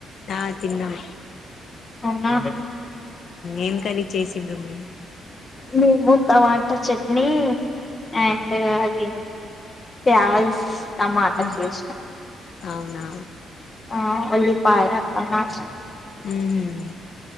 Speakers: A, on the left; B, on the left.
A: ఆ తిన్నం
B: అవునా
A: ఏం కరీ చేసిండ్రు మీరు
B: మేము టమాటా చట్నీ అండ్ అది ప్యాజ్ టమాటా
A: మ్మ్
B: చేసినవ్
A: అవునా
B: ఆ అల్లి ఫైర్ అత్త మాట
A: హమ్